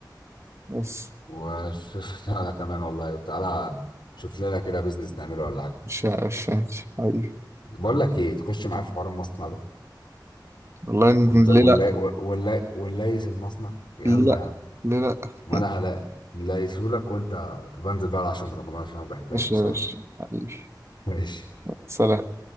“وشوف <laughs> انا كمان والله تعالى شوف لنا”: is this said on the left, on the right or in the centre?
Left